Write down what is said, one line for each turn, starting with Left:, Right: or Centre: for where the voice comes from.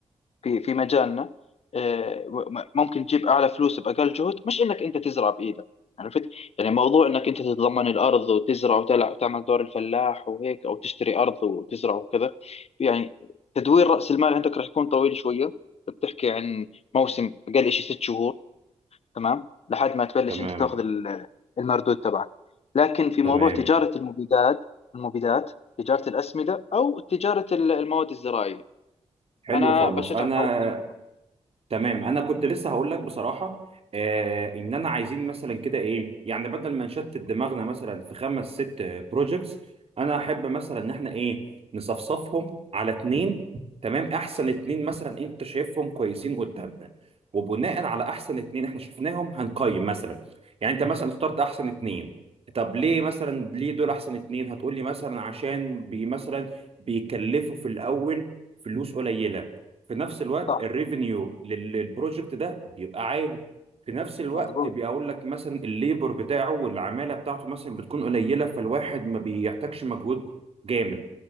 Left: في في مجالنا آه، م- ممكن تجيب اعلى فلوس باقل جهد مش انك انت تزرع بايدك عرفت يعني موضوع انك انت تتضمن الارض وتزرع وتلع- وتعمل دور الفلاح وهيك او تشتري ارض وتزرع وكذا يعني تدوير راس المال عندك راح يكون طويل شويه بتحكي عن موسم اقل شيء ست شهور تمام لحد ما تبلش
Right: تمام
Left: انت تاخذ ال- المردود تبعك لكن في
Right: تمام
Left: موضوع تجاره المبيدات المبيدات تجاره الاسمده او تجاره ال- المواد الزراعيه
Right: حلو
Left: انا
Right: خالص
Left: بشجعك
Right: انا
Left: على واحده منهم
Right: تمام انا كنت لسه هقول لك بصراحه آه ان انا عايزين مثلا كده ايه يعني بدل ما نشتت دماغنا مثلا في خمس ست بروجكتس انا احب مثلا ان احنا ايه نصفصفهم على اتنين تمام احسن اتنين مثلا انت شايفهم كويسين قدامنا وبناء على احسن اتنين احنا شفناهم هنقيم مثلا يعني انت مثلا اخترت احسن اتنين طب ليه مثلا ليه دول احسن اتنين هتقولي مثلا عشان بي مثلا بيكلفوا في الاول فلوس قليله في نفس الوقت
Left: صح
Right: الريفينيو للبروجكت ده بيبقى عالي في نفس الوقت
Left: مظبوط
Right: بيقول لك مثلا الليبر بتاعه والعماله بتاعته مثلا بتكون قليله فالواحد ما بيحتاجش مجهود جامد